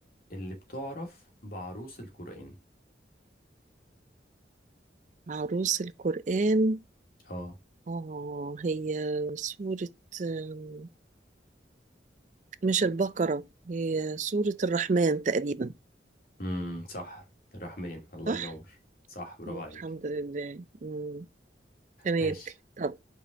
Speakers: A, on the left; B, on the right.
A: اللي بتعرف بعروس القرآن
B: عروس القرآن
A: اه
B: اه هي سورة آم، مش البقرة هي سورة الرحمن تقريبا
A: امم صح الرحمن الله
B: صح؟
A: ينور صح برافو
B: طب
A: عليك
B: الحمد لله مم. تمام
A: ماشي
B: طب